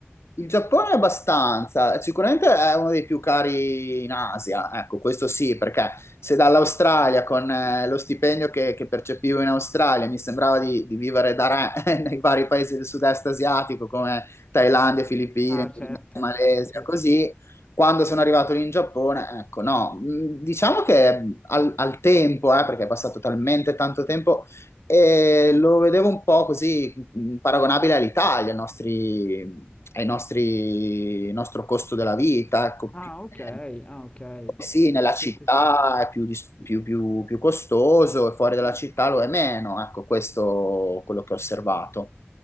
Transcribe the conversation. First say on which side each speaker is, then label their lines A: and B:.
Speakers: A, on the left; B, on the left.
A: Il Giappone è abbastanza, sicuramente è uno dei più cari in Asia, ecco, questo sì, perché se dall'Australia con eh, lo stipendio che, che percepivo in Australia mi sembrava di, di vivere da re <laughs> nei vari paesi del sud-est asiatico come Thailandia, Filippine,
B: Ah, certo,
A: Indonesia, Malesia,
B: eh sì.
A: così, quando sono arrivato lì in Giappone, ecco, no, mh, diciamo che al, al tempo, eh, perché è passato talmente tanto tempo, e lo vedevo un po' così mh, paragonabile all'Italia, ai nostri ai nostri, il nostro costo della vita, ecco,
B: Ah,
A: più-
B: ok,
A: eh,
B: ah, ok.
A: sì, nella città
B: Sì, sì, sì.
A: è più, dis- più- più- più costoso e fuori dalla città lo è meno, ecco, questo è quello che ho osservato.